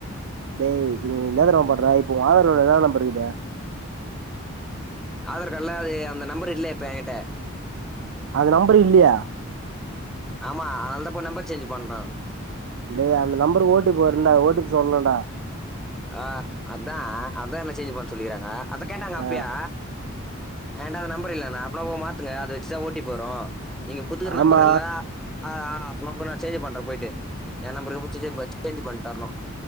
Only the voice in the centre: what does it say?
ஆதார் கார்டுல அது அந்த நம்பர் இல்ல இப்ப எ கிட்ட
ஆமா அதனால தா இப்ப நம்பர் சேஞ்சு பண்றோ
ஆ அதா அதா மெசேஞ்சு பண்ண சொல்லிக்கிறாங்க அதக் கேட்டாங்க
அப்பயே என்ட்ட அந்த நம்பர் இல்லன்ன <unintelligible> மாத்துங்க அத வச்சுதா ஓ டி பீ வரு நீங்க குட்த்துக்கிற
நம்பர்ல ஆஹ் ஹ அப்ப நா போனா சேஞ்ச் பண்றே போயிட்டு எ நம்பர சேஞ்ச் பண்ட்டு வரணு